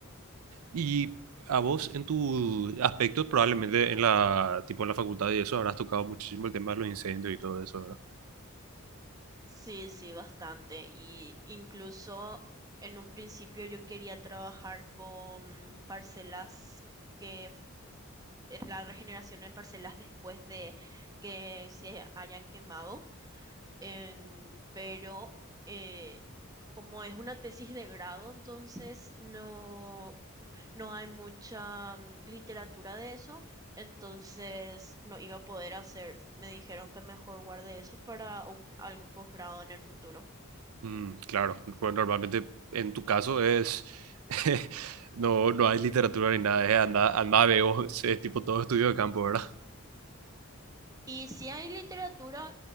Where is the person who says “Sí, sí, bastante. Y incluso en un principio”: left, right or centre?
Right